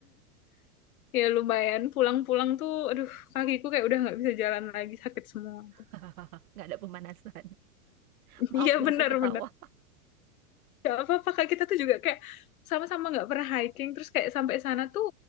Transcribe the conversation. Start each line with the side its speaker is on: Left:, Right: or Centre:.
Left: Ya lumayan pulang-pulang tuh aduh kakiku kayak udah nggak bisa jalan lagi sakit semua. tuh
Right: <laughs> Nggak ada pemanasan.
Left: <laughs>
Right: Maaf
Left: Iya
Right: ya
Left: bener
Right: aku ketawa,
Left: bener Gak apa-apa kak kita tuh juga kayak sama-sama nggak pernah hiking terus kayak sampai sana tuh